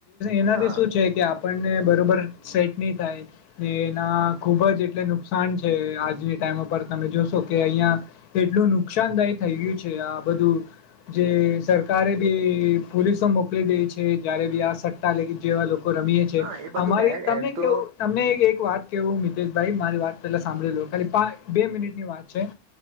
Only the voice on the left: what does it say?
એનાથી
શું છે કે આપણને બરોબર સેટની થાય એના ખુબ જ એટલે નુકસાન છે. આજની ટાઈમ ઉપર તમે જોશો કે અહિયાં એટલું નુકસાનદાય થઈ ગયું છે. આ બધું જે સર કારે બી પોલીસો મોકલી દે છે જયારે બી આ સટ્ટા લે જેવા લોકો રમીએ છે
અમારી
તમને
કેવું
તમને એક વાત કેવું તે ભાઈ મારી વાત પેલા સાંભળી લો ખાલી બે મિનિટ ની વાત છે.